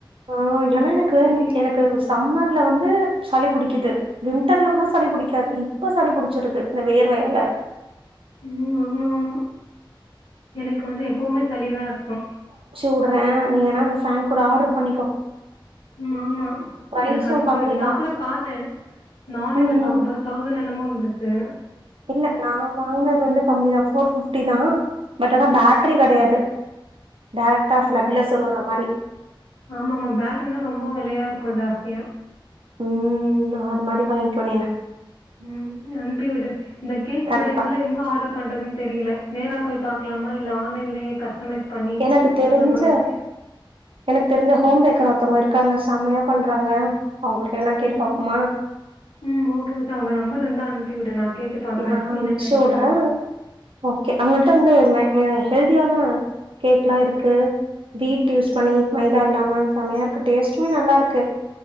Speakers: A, on the right; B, on the left.
A: ஆ இல்லனா எனக்கு
B: குட்டியா
A: எனக்கு சம்மர்ல வந் து சளி பிடிக்குது வின்டர்ல கூட சளி பிடிக்காது இப்ப சளி பிடிச்சிருது இந்த வேர்வையால
B: ம் ஆமா ஆமா எனக்கு வந்து எப்பவுமே சளிதா இருக்கு
A: விடுறே நீ வேனா அந்த ஃபேன் கூட ஆர்டர் பண்ணிக்கோ
B: ம் ஆமா
A: பிரைஸு
B: எனக்கு கன்றி
A: கம்மி
B: விடு நா
A: தா
B: கூட பாத்தேன் நானு
A: ம்
B: என்ன பாக்கும்போது
A: ம்
B: தௌசண்ட் என்னமோ வந்தது
A: இல்ல நா வாங்குனது வந்து கம்மிதா ஃபோர் ஃபிஃப்டி தா பட் ஆனா பேட்ரி கெடையாது டேரக்டா
B: ம்
A: பிளக்ல சொருவுற மாரி
B: ஆமாம பேட்ரினா ரொம்ப விலையா இரு க்கு ஜாஸ்தியா
A: உம் அது மாரி வாங்கோ நீனு
B: உம் அனுப்பி விடு இந்த கேக்
A: கண்டிப்பா
B: கூட இதுல எங்க ஆர்டர் பண்றதுன்னு தெரியல நேரா போய் பாக்கலாமா இல்ல ஆன்லைன்லயே கஸ்டமைஸ் பண்ணி
A: எனக்கு
B: கேக்கலாமான்னு
A: தெரிஞ்ச
B: இருக்கே
A: எனக் தெரிஞ்ச ஹோம் பேக்கர் ஒரு த்தங்க இருக்காங்க செமையா பண்றாங்க அவங்கள்ட்ட வேணா கேட்டு
B: ம்
A: பாப்போமா
B: உம் ஓகே ஓகே அவுங்க நம்பர் இருந்தா அனு ப்பி விடு நா கேட்டு பாக்குறே
A: நா அம்ச்சுவுடுறேன்
B: என்னென்ன இருக்குன்னு
A: ஓகே அவங்கள் ட வந்து ம அ ஹெல்தியான கேக்லாம் இருக்கு வீட் யூஸ் பண்ணி மைதா இல்லாம செமையா இருக்கு டேஸ்ட்டுமே நல்லா இருக்கு